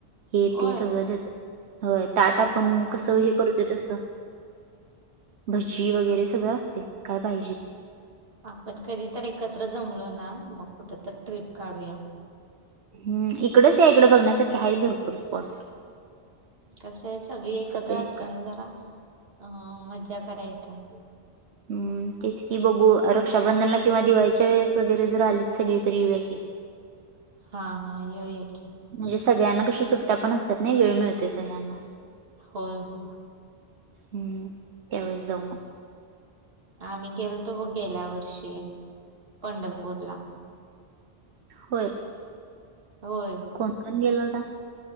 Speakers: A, on the right; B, on the right.
A: हे
B: होय
A: ते सगळं देतात होय ताट
B: छान
A: पण
B: आहे
A: कस हे करु ते तस भजी वगैरे सगळं असतेय काय पाहिजे ते.
B: आपण कधी तर एकत्र जमलो ना, म कुठ तर ट्रिप काढूया?
A: हं इकडच यां इकड बघण्यासारखे आहेत भरपूर स्पॉट.
B: कस आहे सगळी एकत्र
A: सगळे
B: असल्या
A: एक-
B: ना जरा. अ मज्जा करायेता
A: हं तेच कि बघू रक्षाबंधनला, किंवा दिवाळीच्या वेळेस, वगैरे जर आलीत सगळी तर यू यां की.
B: हां हां युया कीं.
A: म्हणजे सगळ्यांना कशा सुट्ट्या पण असतात नही वेळ मिळतोय सगळ्यांना.
B: होय हो!
A: हूं त्यावेळे स जाऊ म.
B: आम्ही गेलोतो बघ गेल्या वर्षी पंढरपूरला.
A: होय!
B: होय!
A: कोण कोण गेल होता.